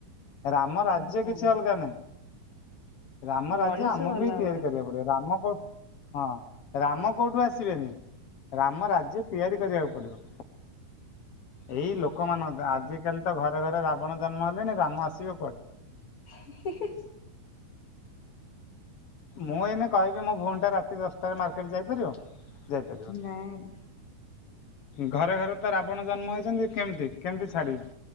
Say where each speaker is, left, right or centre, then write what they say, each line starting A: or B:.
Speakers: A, on the left; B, on the left.
A: ରାମ ରାଜ୍ୟ
B: ହଁ
A: କିଛି ଅଲଗା ନାହିଁ। ରାମ
B: ମଣିଷ
A: ରାଜ୍ୟ ଆମକୁ
B: ଭଲ
A: ହିଁ ତିଆରି
B: ହଁ
A: କରିବାକୁ ପଡିବ। ରାମ କୋଉ ହଁ ରାମ କୋଉଠୁ ଆସିବେନି। ରାମ ରାଜ୍ୟ ତିଆରି କରିବାକୁ ପଡିବ। ଏଇ ଲୋକମାନଙ୍କ ତ ଆଜିକାଲି ତ ଘରେ ଘରେ ରାବଣ ଜନ୍ମ ହେଲେଣି ରାମ ଆସିବ କୁଆଡୁ।
B: ହି ହି ହି।
A: ମୁଁ ଏଇନେ କହିବି ମୋ ଭଉଣୀ ଟା ରାତି ଦଶଟାରେ ମାର୍କେଟ ଯାଇପାରିବ, ଯାଇପାରିବନି।
B: ନାଇଁ
A: ଘରେ ଘରେ ତ ରାବଣ ଜନ୍ମ ହେଇଛନ୍ତି କେମତି କେମତି ଛାଡ଼ିବେ।